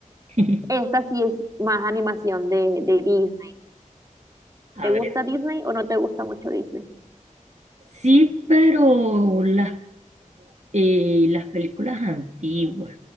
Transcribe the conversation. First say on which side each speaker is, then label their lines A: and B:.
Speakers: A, on the right; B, on the right.
A: <laughs>
B: Esta sí es más animación de, de Disney.
A: A
B: ¿Te gusta
A: ver.
B: Disney o no te gusta mucho Disney?
A: Sí, pero las, eh, las películas antiguas,